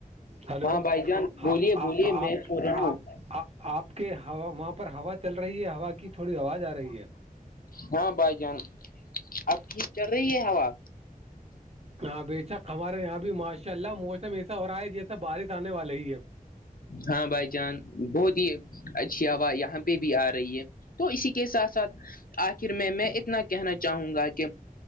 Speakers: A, on the right; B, on the left.
A: ہیلو
B: ہاں بھائی جان بولیے
A: آپ
B: بولیے میں سن رہا
A: آپ
B: ہوں
A: آپ کے ہو پر ہوا چل رہی ہے ہوا کی تھوڑی آواز آ رہی ہے
B: ہاں بھائی جان اب کی چل رہی ہے ہوا
A: ہاں بے شک ہمارے یہاں بھی ماشاء اللہ موسم ایسا ہو رہا ہے جیسا بارش آنے والا ہی اب
B: ہاں بھائی جان بہت ہی اچھی ہوا یہاں پہ بھی آ رہی ہے تو اسی کے ساتھ ساتھ آخر میں میں اتنا کہنا چاہوں گا کہ